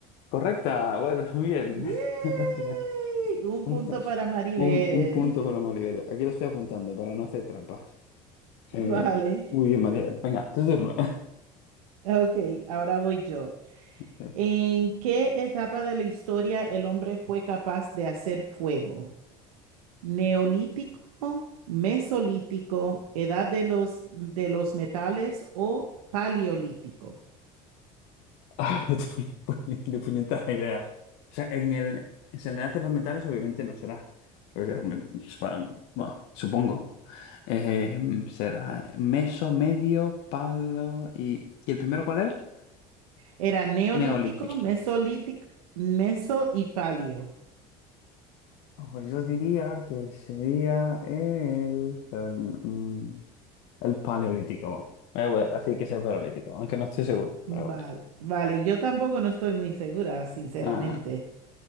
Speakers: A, on the left (about 70°); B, on the right (about 85°).
A: Correcta, bueno, <laughs> muy bien.
B: ¡Yay!
A: <laughs>
B: Un
A: Un,
B: punto
A: pu-
B: para Maribel.
A: un- un punto para Maribel. Aquí lo estoy apuntando para no hacer trampas. Eh,
B: <laughs> Vale.
A: muy bien, Maribel. Venga, tu turno.
B: Ok, ahora voy yo.
A: <laughs>
B: ¿En qué etapa de la historia el hombre fue capaz de hacer fuego? ¿Neolítico, mesolítico, edad de los, de los metales o paleolítico?
A: Ah, <laughs> tu pu- de puñetada idea. O sea, en el se le hacen los metales, obviamente no será. Porque los me- es para- bueno, supongo. Eh, será meso, medio, palo y... ¿Y el primero cuál era?
B: Era neolítico,
A: Neolítico.
B: mesolítico, meso y paleo.
A: Ojo, yo diría que sería el, tan- mm, el paleolítico. Eh, bueno, así que es el paleolítico, aunque no estoy seguro, pero
B: Vale,
A: bueno.
B: vale, yo tampoco no estoy muy segura, sinceramente.
A: Ah,